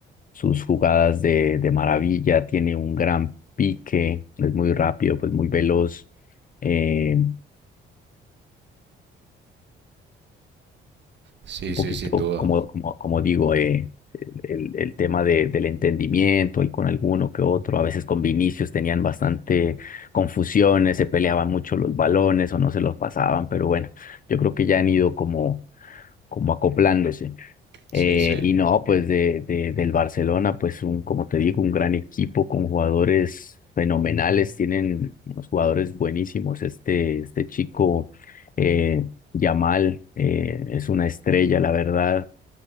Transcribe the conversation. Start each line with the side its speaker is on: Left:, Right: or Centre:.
Left: sus jugadas de, de maravilla, tiene un gran pique, es muy rápido, pues muy veloz. eh,
Right: Sí,
Left: un
Right: sí,
Left: poquito,
Right: sin duda.
Left: como, como, como digo, eh, el, el el tema de- del entendimiento y con alguno que otro. A veces con Vinicius tenían bastante confusiones, se peleaban mucho los balones o no se los pasaban, pero bueno, yo creo que ya han ido como, como acoplándose.
Right: Sí,
Left: Eh,
Right: sí.
Left: y no, pues de, de- del Barcelona, pues un, como te digo, un gran equipo con jugadores fenomenales, tienen unos jugadores buenísimos. Este, este chico eh, Yamal eh, es una estrella, la verdad.